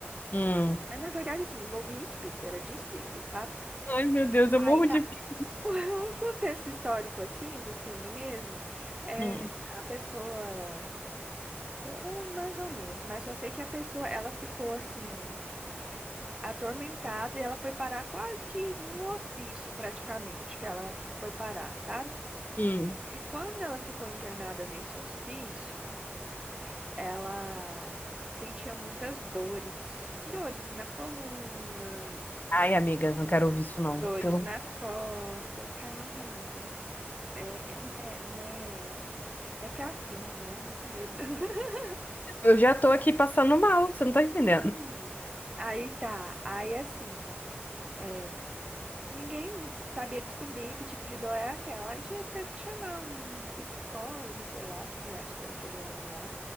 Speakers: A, on the left; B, on the right.
A: hum.
B: Mas na verdade, assim, envolvia espírito, era de espírito, sabe?
A: Ai, meu Deus, eu
B: Aí
A: morro de
B: a-
A: medo.
B: <laughs> o contexto histórico, assim, do filme mesmo, é
A: Hum,
B: a pessoa. Eu eu lembro mais ou menos, mas só sei que a pessoa, ela ficou assim, atormentada e ela foi parar quase que no hospício, praticamente, que ela foi parar, sabe?
A: hum.
B: E quando ela ficou internada nesse hospício. Ela sentia muitas dores, dores na coluna,
A: Ai, amiga, não quero ouvir isso, não.
B: dores
A: Pelo...
B: nas costas. Calma, amiga. É, é- não é, não é, é fraquinho, não é muito medo, não. <laughs>
A: Eu já tô aqui passando mal, você não tá entendendo.
B: Não, menina. Aí tá, aí assim, é, Ninguém sabia descobrir que tipo de dor é aquela. Aí tinha, teve que chamar um psicólogo, sei lá, que diacho que era aquele homem lá.